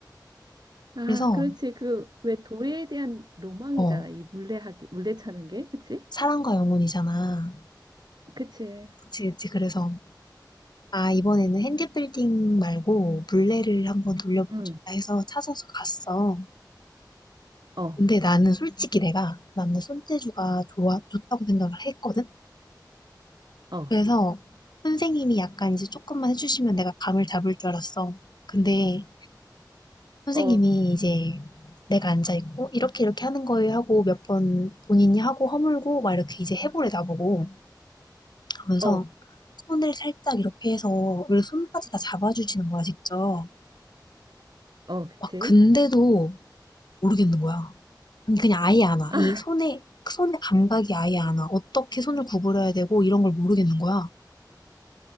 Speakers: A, on the right (about 65°); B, on the left (about 65°).
A: 아,
B: 그래서
A: 그렇지. 그, 왜 도예에 대한 로망이잖아.
B: 어
A: 이 물레하기, 물레 차는 게. 그치?
B: 사랑과 영혼이잖아
A: 그치.
B: 그치 그치 그래서 아 이번에는 핸디빌딩 말고 물레를 한번 돌려보고
A: 응,
B: 싶다 해서 찾아서 갔어
A: 어,
B: 근데 나는 솔직히 내가 나는 손재주가 좋아 좋다고 생각을 했거든
A: 어,
B: 그래서 선생님이 약간 이제 조금만 해주시면 내가 감을 잡을 줄 알았어 근데 선생님이
A: 어,
B: 이제 내가 앉아있고, 이렇게 이렇게 하는 거예요 하고 몇 번 본인이 하고 허물고 막 이렇게 이제 해보래 나보고 하면서
A: 어,
B: 손을 살짝 이렇게 해서 원래 손까지 다 잡아주시는 거야, 직접.
A: 어, 그치?
B: 막 근데도 모르겠는 거야. 아니, 그냥 아예 안 와.
A: 아,
B: 이 손에, 그 손의 감각이 아예 안 와. 어떻게 손을 구부려야 되고 이런 걸 모르겠는 거야.